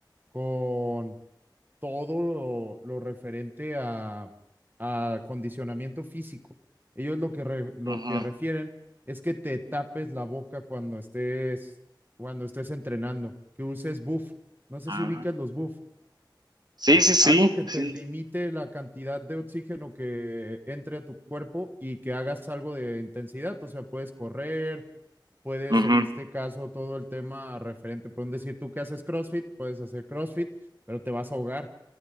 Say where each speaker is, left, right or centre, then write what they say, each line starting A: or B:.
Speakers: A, on the right; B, on the right.
A: con todo lo, lo referente a, a condicionamiento físico. Ellos lo que, re- lo
B: Ujú.
A: que refieren es que te tapes la boca cuando estés, cuando estés entrenando, que uses buff. No sé
B: Ah.
A: si ubicas los buff.
B: Sí, sí, sí,
A: Algo que te
B: sí.
A: limite la cantidad de oxígeno que entre a tu cuerpo y que hagas algo de intensidad. O sea, puedes correr, puedes
B: Ujú,
A: en este caso todo el tema referente, por un decir, tú que haces CrossFit, puedes hacer CrossFit, pero te vas a ahogar